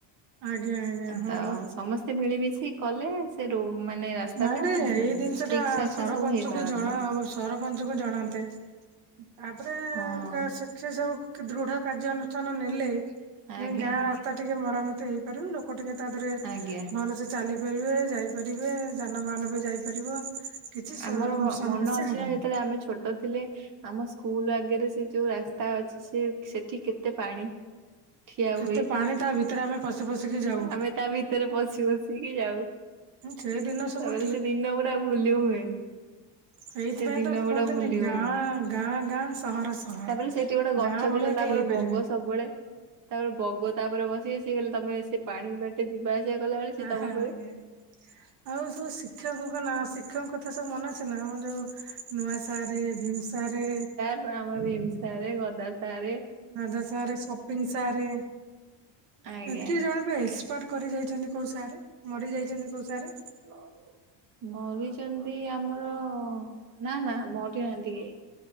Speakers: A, on the right; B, on the right.
A: ଆଜ୍ଞା ଆଜ୍ଞା ହଁ
B: ତ
A: ବା
B: ସମସ୍ତେ ମିଳିମିଶି କଲେ ସେ ରୋ ମାନେ, ରାସ୍ତା
A: ନାଇଁ
B: ଟା
A: ନାଇଁ ଏଇ ଜିନିଷ
B: ଠିକ୍
A: ଟା
B: ଠାକ୍
A: ସରପଞ୍ଚ
B: ରେ ସବୁ ହେଇପାରନ୍ତା?
A: କୁ ଜଣା ସରପଞ୍ଚ କୁ ଜଣାନ୍ତେ, ତାପରେ
B: ହଁ
A: ସେଠି ସବୁ କି ଦୃଢ କାର୍ଯ୍ୟାନୁଷ୍ <unintelligible> ନେଲେ,
B: ଆଜ୍ଞା
A: ଯାଇଁ ଗାଁ ରାସ୍ତା ଟିକେ ମରାମତି ହେଇପାରିବ, ଲୋକ ଟିକେ ତା ଦେହରେ
B: ଆଜ୍ଞା
A: ଭଲସେ ଚାଲିପାରିବେ, ଯାଇପାରିବେ। ଯାନବାହାନ ବି ଯାଇପାରିବ, କିଛି ସ
B: ଆମର
A: ସମସ୍ୟା
B: ମନ ଅଛି
A: ହବନି।
B: ନା ଯେତେବେଳେ ଆମେ ଛୋଟ୍ ଟ ଥିଲେ ଆମ ସ୍କୁଲ୍ ଆଗରେ ସେ ଯୋଉ ରାସ୍ତା ଅଛି, ସେ ସେଠି କେତେ ପାଣି? ଠିଆ
A: କେତେ
B: ହୁଏ
A: ପାଣି, ତା ଭିତରେ ଆମେ ପଶି ପଶିକି ଯାଉ।
B: ଆମେ ତା ଭିତରେ ପଶି ପଶିକି ଯାଉ।
A: ସେ ଦିନ ସବୁ
B: ତାପରେ ସେ ଦିନ ଗୁଡା ଭୁଲି ହୁଏନି।
A: ହେଇଥିପାଇଁ
B: ସେ ଦିନ
A: ତ କୁହନ୍ତିନି,
B: ଗୁଡା ଭୁଲି
A: ଗାଁ
B: ହଉନି।
A: ଗାଁ ଗାଁ, ସହର ସହର।
B: ତାପରେ ସେଇଠି ଗୋଟେ ଗଛ
A: ଗାଁ ଭଳିଆ
B: ଥିଲା, ତାପରେ
A: କେହି ହେଇପାରିବେନି
B: ବଗ ସବୁବେଳେ ତାପରେ ବଗ ତାପରେ ବସିବେ, ସେ ଖାଲି ତମେ ସେ ପାଣି ବାଟ୍ ସେ ଯିବାଆସିବା କଲାବେଳେ ସିଏ
A: ହ
B: ତମ
A: ହଁ
B: ଉପରେ
A: ଆଜ୍ଞା, ଆଉ ସବୁ ଶିକ୍ଷକଙ୍କ ନାଁ, ଶିକ୍ଷକଙ୍କ କଥା ସବୁ ମନେ ଅଛି ନା? ଆମର ଯୋଉ ନୂଆ ସାରେ, ଭିମ୍ ସାରେ
B: ଯଉ ଆମର ଭୀମସାରେ, ଗଦାସାରେ
A: ଗଦା ସାରେ, ସପିଙ୍ଗ୍ ସାରେ,
B: ଆଜ୍ଞା।
A: କିଏ ଜଣେ <unintelligible> ଏକ୍ସପର୍ଟ କରି ଯାଇଚନ୍ତି କୋଉ ସାରେ, ମରି ଯାଇଚନ୍ତି କୋଉ ସାରେ?
B: <unintelligible> ମରିଚନ୍ତି ଆମର, ନା ନା ମରିନାହାନ୍ତି କେହି।